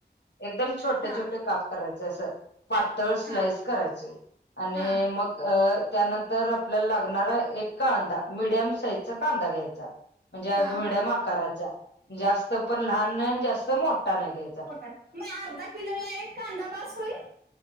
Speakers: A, on the left; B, on the right.
A: एकदम छोट
B: हा
A: छोट काप करायचे असं पातळ स्लाइस
B: हा
A: करायचय. आणि
B: हा
A: मग अ त्यानंतर आपल्याला लागणारा एक कांदा मिडियम साईजचा कांदा घ्यायचा. म्हणजे
B: हा
A: मिडीयम
B: हा
A: आकाराचा जास्त पण लहान नाय जास्त मोठा नाय घ्याय
B: मोठ म अर्धा किलो ला एक कांदा बास होईल.